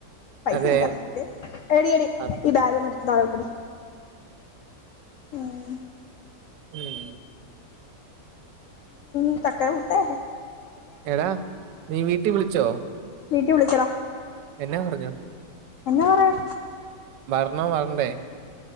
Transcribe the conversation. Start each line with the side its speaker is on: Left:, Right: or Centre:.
Left: പൈസ
Right: അതെ
Left: തരാം എടീ എടീ
Right: അത്
Left: ഈ ബാഗ് ഒന്നിട- താഴെ വെക്കടി ഉം
Right: ഉം
Left: <inaudible> ചക്കരമുത്തേ
Right: എടാ നീ വീട്ടി വിളിച്ചോ
Left: വീട്ടി വിളിച്ചെടാ
Right: എന്നാ പറഞ്ഞു
Left: എന്നാ പറയാൻ
Right: വരണോ വരണ്ടേ